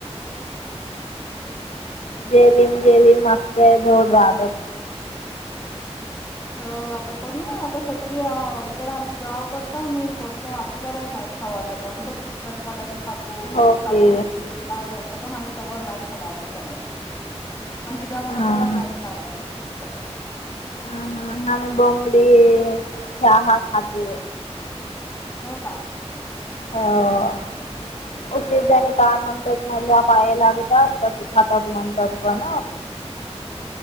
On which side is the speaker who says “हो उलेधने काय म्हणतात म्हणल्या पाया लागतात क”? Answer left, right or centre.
Left